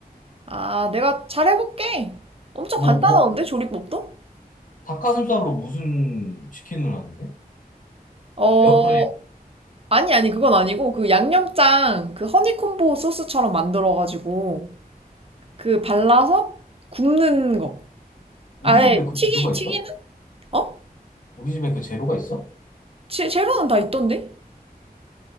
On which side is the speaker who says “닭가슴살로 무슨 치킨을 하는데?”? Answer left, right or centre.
Left